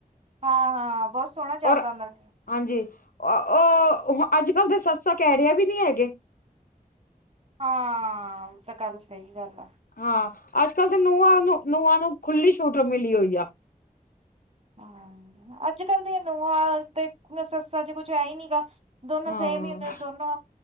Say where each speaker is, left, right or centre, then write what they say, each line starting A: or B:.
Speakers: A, on the right; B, on the left.
A: ਹਾਂ - ਹਾਂ ਬਹੁਤ ਸੋਹਣਾ ਚੱਲਦਾ
B: ਔਰ
A: ਹੁੰਦਾ ਸੀ।
B: ਹਾਂਜੀ। ਉਹ ਅੱਜ ਕੱਲ ਤਾਂ ਸੱਸਾਂ ਕਹਿ ਰਿਆ ਵੀ ਨਹੀਂ ਹੈਗੇ।
A: ਹਾਂ। ਉਹ ਤਾਂ ਗੱਲ ਸਹੀ ਗੱਲ ਆ।
B: ਹਾਂ। ਅੱਜ ਕੱਲ ਤਾਂ ਨੂੰਹਾਂ ਨੂੰ ਨੂੰਹਾਂ ਨੂੰ ਖੁੱਲੀ ਸ਼ੂਟਰ ਮਿਲੀ ਹੋਈ ਆ।
A: ਹਮ ਅੱਜ ਕੱਲ ਦੀਆਂ ਨੂੰਹਾਂ ਤੇ ਸੱਸਾ ਜੇ ਕੁਛ ਹੈ ਹੀ ਨੀ ਗਾ। ਦੋਨੋ
B: ਹਾਂ
A: ਸੇਮ ਹੀ ਹੁੰਦੇ ਦੋਨੋ